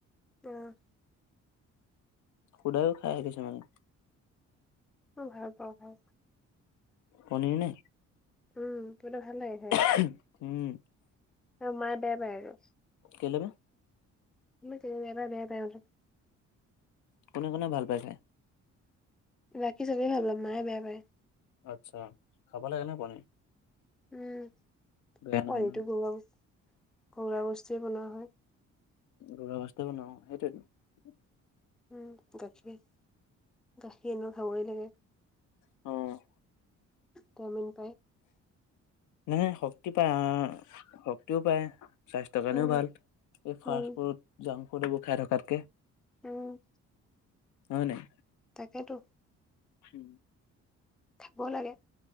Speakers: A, in the centre; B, on the left.
A: অহ
B: খুদাকো খাই কিছু মানে
A: মই ভাল পাওঁ খাই।
B: পণীৰ নে
A: উম কিবা এটা ভাল খাই।
B: হো উম
A: অহ মায়ে বেয়া এইটো
B: কেলে নো
A: <unintelligible>
B: কোনে কোনে ভাল পাইছে?
A: ৰাখি চবে ভাল <unintelligible> মায়ে বেয়া পায়।
B: আচ্ছা খাব লাগে নে বনে?
A: উম, <unintelligible>
B: বেয়া নহয়
A: ঘৰুৱা বস্তুৱেই বনোৱা হয়।
B: ঘৰুৱা বস্তুৱেই বনোৱা হয়, সেইটোৱেইটো
A: উম, গাখীৰ গাখীৰ এনেও খাবই লাগে
B: অ',
A: তামিন পাই
B: নাই শক্তি পায় শক্তিও পায়। স্বাস্থ্যৰ কাৰণেও
A: উম,
B: ভাল, এই
A: উম,
B: ফাষ্ট ফুড জাংক ফুড এইবোৰ খাই থকাতকে।
A: উম,
B: হয় নাই
A: তাকেইতো
B: উম,
A: থাকিব লাগে